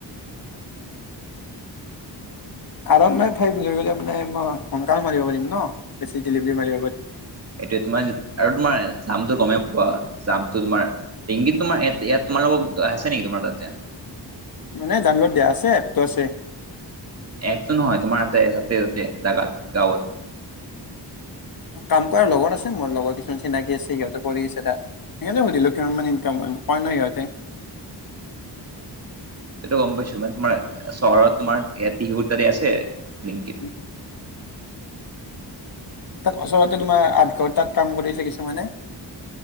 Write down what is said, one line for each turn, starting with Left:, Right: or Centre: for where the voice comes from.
Left: আতচ্ছা আৰন মই ফাইভ লৈ গ'লে মানে মই সোনকাল মাৰিব পাৰি ন বেছি ডেলিভেৰী মাৰিব পাৰিম।
Right: এইটো তোমাৰ যে আৰু তোমাৰ জামটো গমেই পোৱা জামটো তোমাৰ। তিংগীত তোমাৰ ইয়াত ইয়াত তোমাৰলগত আছে নেকি তোমাৰ তাতে
Left: মানে ডাওনলত দিয়া আছে এপটো আছে।
Right: এপতো নহয় তোমাৰ তাতে তাতে তাতে দাগাত গাঁৱত।
Left: কাম কৰাৰ লগত আছে মোৰ লগৰ কিছুমান চিনাকি আছে সিহঁতে কৰি আছে তাত। হেকানে টো সুধিলো কিমান মান ইনকাম হয়, নকয় নহয় সিহঁতে।
Right: এটো গম পাইছো মানে তোমাৰ চহৰত তোমাৰ এতি ৰোধ তাতে আছে, ব্লিংকিত
Left: উ উ তাত অচলতে তোমাৰ আঠ ঘণ্টাত কাম কৰি আছে কিছুমানে।